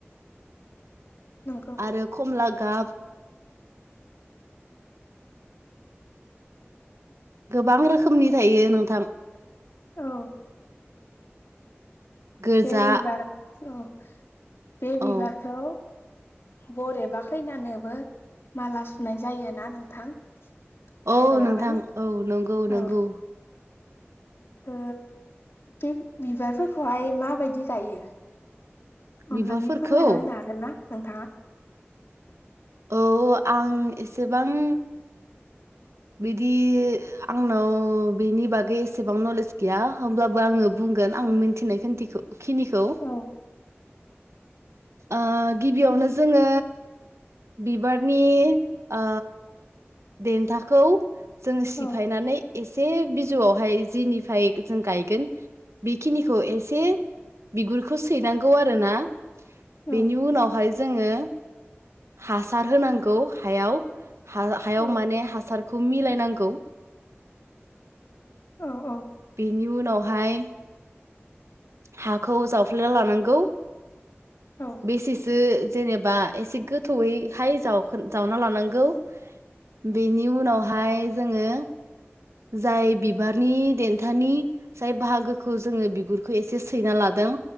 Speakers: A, on the left; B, on the right.
A: नंगौ
B: आरो खमला गाब गोबां रोखोमनि थायो नोंथां।
A: औ
B: गोजा
A: बे बिबार औ बे बिबारखौ
B: औ
A: बरेबा फैनानैबो माला सुनाय जायोना नोंथां।
B: औ
A: हाबायावहाय
B: नोंथां औ नंगौ नंगौ।
A: औ ओ बे बिबारफोरखौहाय माबायदि गायो?
B: बिबारफोरखौ
A: अन्नानै फोरमायना होनो हागोन ना नोंथाङा?
B: औ आं एसेबां बिदि आंनाव बिनि बागै एसेबां नलेज गैया होमब्लाबो आङो बुं गोन आं मिथिनायखिनथिखौ खिनिखौ
A: औ
B: ओ गिबियावनो जोङो बिबारनि ओ देन्थाखौ जोङो सिफायनानै
A: औ
B: एसे बिजौआवहाय जिनिफ्राय जों गायगोन बेखिनिखौ एसे बिगुरखौ सैनांगौ आरो ना
A: औ
B: बेनि उनावहाय जोङो हासार होनांगौ हायाव हा हायाव
A: औ
B: माने हासारखौ मिलायनांगौ
A: औ औ
B: बिनि उनावहाय हाखौ जावफ्लेना लानांगौ
A: औ
B: बेसेसो जेनेबा एसे गोथौयैहाय जाव-जावना लानांगौ। बेनि उनावहाय जोङो जाय बिबारनि देन्थानि जाय बाहागोखौ जोङो बिगुर खौ एसे सैना लादों